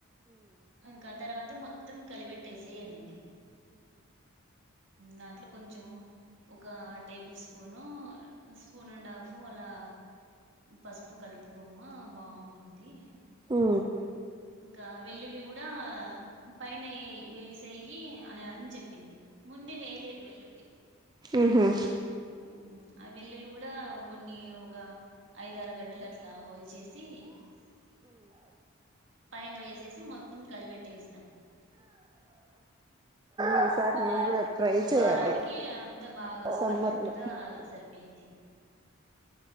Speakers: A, on the right; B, on the right.
A: ఇంకా తర్వాత మొత్తం కలిబెట్టి పెట్టేసే అనింది దాంట్లో కొంచెం ఒక table spoon spoon and half అలా పసుపు కలుపుకోమ్మా బాగుంటుంది
B: ఉ
A: ఇంకా వెల్లుల్లి కూడా పైన వేసేయి అని అని చెప్పింది ముందే వేయలేదు వెల్లుల్లి
B: ఆహా
A: మ్మ్ ఆ వెల్లుల్లి కూడా కొన్ని ఒక ఐదారు గడ్డలు అట్లా ఒలిచేసి పైన వేసేసి మొత్తం కలబెట్టేసిన
B: ఈసారి
A: ఒక
B: మేము
A: వారం
B: కూడా ట్రై
A: ఒక
B: చేయాలి
A: వారానికి అంతా బాగా
B: సమ్మర్
A: పర్ఫెక్ట్
B: లో
A: గా సరిపోయింది